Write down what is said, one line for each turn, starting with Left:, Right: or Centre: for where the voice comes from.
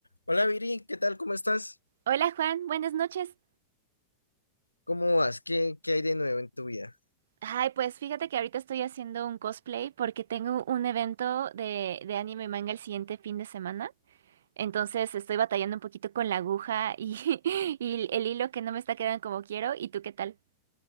Left: Hola Viri, ¿qué tal? ¿Cómo estás?
Right: Hola Juan, buenas noches.
Left: ¿Cómo vas? ¿Qué, qué hay de nuevo en tu vida?
Right: Ay, pues fíjate que ahorita estoy haciendo un cosplay porque tengo un evento de, de anime y manga el siguiente fin de semana. Entonces estoy batallando un poquito con la aguja y, <laughs> y el hilo que no me está quedando como quiero. ¿Y tú qué tal?